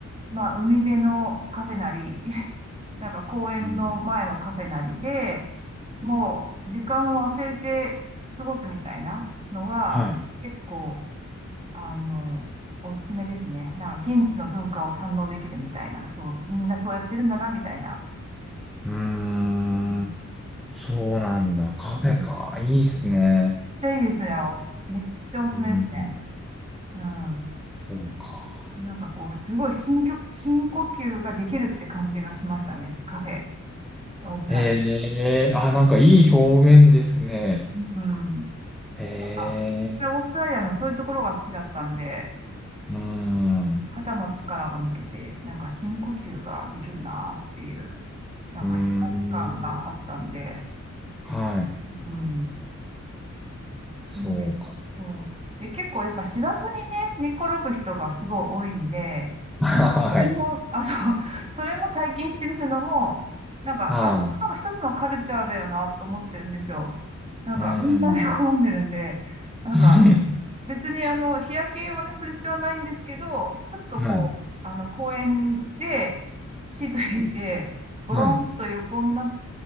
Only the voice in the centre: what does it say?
うん。
はい。
うーん。
そうなんだ。カフェか。
いいっすね。
うん。
そうか。
へえ、あ、なんかいい表現ですね。
へ
え、うーん、
うーん、はい、
そうか。
<laughs> はい、
あー、う
ーん、
<laughs>
はい、
はい、